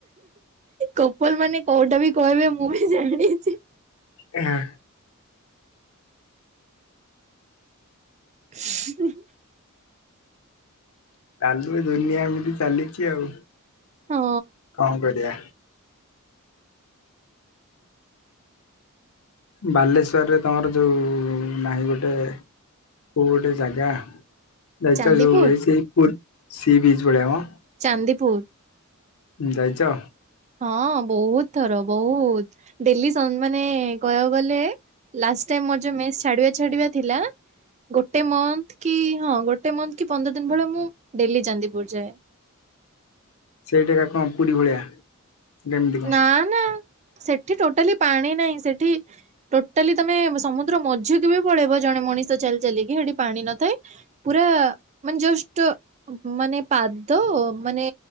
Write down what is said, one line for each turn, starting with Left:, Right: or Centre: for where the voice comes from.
Right: କପଲ ମାନେ କୋଉଟା ବି କହିବେ ମୁଁ ବି ଜାଣିଦେଇଛି।
Left: ଏଁ
Right: ହୁ ହୁ
Left: ଚାଲୁ ଦୁନିଆ ଏମିତି ଚାଲିଛି ଆଉ
Right: ହଁ
Left: କଣ କରିଆ। ବାଲେଶ୍ଵରରେ ତମର ଯୋଉ-ଉ-ଉ-ଉ ନାହିଁ ଗୋଟେ କୋଉ ଗୋଟେ ଜାଗା ଯାଇଚ
Right: ଚାନ୍ଦିପୁର
Left: ଯଉ ଏଇ ସି ପୁର ସି ବିଚ୍ ଭଳିଆ ମ।
Right: ଚାନ୍ଦିପୁର।
Left: ଯାଇଛ?
Right: ହଁ ବହୁତ ଥର ବହୁ-ଉ-ଉ-ଉତ। ଡେଲି ସନ୍ ମାନେ-ଏ-ଏ କହିବାକୁ ଗଲେ ଲାଷ୍ଟ ଟାଇମ ମୋର୍ ଯଉ ମେସ୍ ଛାଡିବା ଛାଡିବା ଥିଲା। ଗୋଟେ ମନ୍ଥ କି ହଁ ଗୋଟେ ମନ୍ଥ କି ପନ୍ଦର ଦିନ ଭଳିଆ ମୁଁ ଡେଲି ଚାନ୍ଦିପୁର ଯାଏ।
Left: ସେଇ ଜାଗା କଣ ପୁରୀ ଭଳିଆ? ସେଟା କେମିତି କଣ?
Right: ନା ନା ସେଠି ଟୋଟାଲି ପାଣି ନାହିଁ ସେଠି ଟୋଟାଲି ତମେ ସମୁଦ୍ର ମଝି କୁ ବି ପଳେଇବ ଜଣେ ମଣିଷ ଚାଲି ଚାଲିକି ସେଠି ପାଣି ନଥାଏ। ପୁରା-ଆ-ଆ ମାନେ ଯଷ୍ଟ ମାନେ ପାଦ ମାନେ